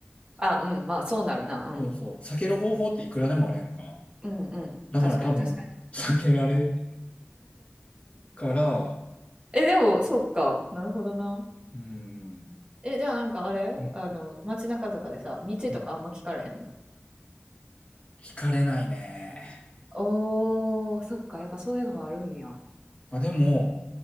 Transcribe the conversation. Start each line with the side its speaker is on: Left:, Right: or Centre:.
Right: あ、うん、まあそうなるな。うん。
Left: そうそう、避ける方法っていくらでもあるやんか。
Right: うんうん。
Left: だから多分、
Right: 確かに確かに。
Left: 避けられから、
Right: え、でも、そっか。なるほどな。
Left: うん、うん
Right: え、じゃあなんかあれあの、
Left: うん
Right: 街中とかでさ、道とかあんま聞かれへんの
Left: うん聞かれないね。
Right: おー、そっか、やっぱそういうのはあるんや。
Left: あ、でも、